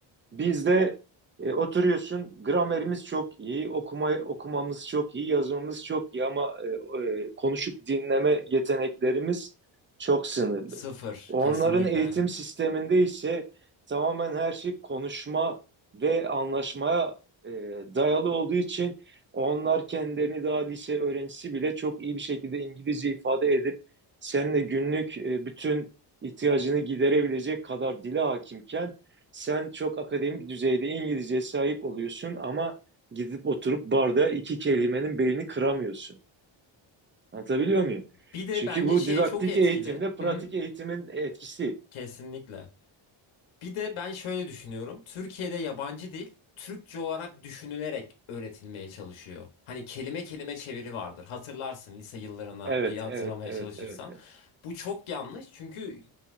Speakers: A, on the right (about 25°); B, on the left (about 85°).
A: Bizde e, oturuyorsun, gramerimiz çok iyi, okuma okumamız çok iyi, yazmamız çok iyi ama e, e, konuşup dinleme yeteneklerimiz çok sınırlı.
B: sıfır
A: Onların
B: kesinlikle.
A: eğitim sisteminde ise tamamen her şey konuşma ve anlaşmaya e, dayalı olduğu için onlar kendilerini daha lise öğrencisi bile çok iyi bir şekilde İngilizce ifade edip seninle günlük e, bütün ihtiyacını giderebilecek kadar dile hakimken sen çok akademik düzeyde İngilizceye sahip oluyorsun ama gidip oturup barda iki kelimenin belini kıramıyorsun. Anlatabiliyor muyum?
B: Bir de
A: Çünkü
B: bence
A: bu
B: şey
A: didaktik
B: çok etkili.
A: eğitimle pratik
B: Hı hı.
A: eğitimin etkisi.
B: Kesinlikle. Bir de ben şöyle düşünüyorum. Türkiye'de yabancı dil Türkçe olarak düşünülerek öğretilmeye çalışıyor. Hani kelime kelime çeviri vardır. Hatırlarsın lise yıllarına
A: Evet,
B: bir hatırlamaya
A: evet, evet,
B: çalışırsan.
A: evet.
B: Bu çok yanlış çünkü